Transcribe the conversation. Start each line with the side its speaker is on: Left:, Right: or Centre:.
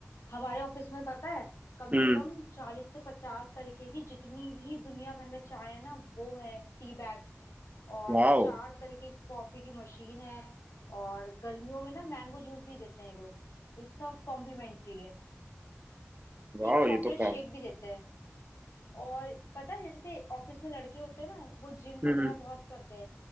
Left: हमारे ऑफिस में पता है कम
Right: हम्म
Left: से कम चालीस से पचास तरीके की जितनी भी दुनिया भर में चाय है ना वो है टी बैग्स और
Right: वाह
Left: चार तरीके की कॉफी की मशीन है और गर्मियों में ना मैंगो जूस भी देते हैं ये लोग ये सब कॉम्प्लीमेंट्री है
Right: वाह
Left: एक चॉकलेट
Right: ये तो
Left: शेक
Right: का
Left: भी देते हैं और पता है जैसे ऑफिस में लड़के होते हैं ना वो जिम
Right: हम्म
Left: वगैरह बहुत करते हैं